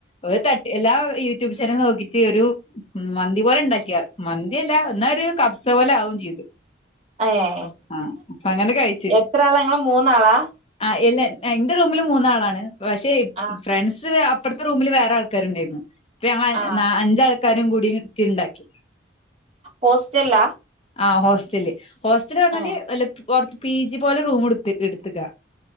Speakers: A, on the left; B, on the right.
A: ഒരു തട്ട് എല്ലാ യൂട്യൂബ് ചാനലും നോക്കിട്ട് ഒരു മ്മ് മന്തി പോലെ ഉണ്ടാക്കിയാ മന്തിയല്ല എന്നാ ഒരു കബ്സ പോലെ ആവും ചെയ്ത്
B: ഏഹ്
A: ആഹ് അപ്പൊ അങ്ങനെ കഴിച്ച്
B: എത്ര ആളാ ഇങ്ങള് മൂന്നാളാ
A: ആഹ് ഇല്ല ഇന്റെ റൂമില് മൂന്നാളാണ് പക്ഷെ
B: ആ
A: ഫ്രണ്ട്സ് അ പ്പർത്തെ റൂമിൽ വേറെ ആൾക്കാര്ണ്ടായിന്നു അപ്പം ഞങ്ങൾ അഞ്ച്
B: ആ
A: നാലാ അഞ്ചാൾക്കാരും കൂടി ത്തി ണ്ടാക്കി
B: ഹോസ്റ്റലിലാ
A: ആഹ് ഹോസ്റ്റൽല് ഹോസ്റ്റല് പർഞ്ഞാല്
B: ഏ
A: അല്ല പൊർത്ത് പി ജി പോലെ റൂം ഇട്ത് ഇട്ത്തക്കാ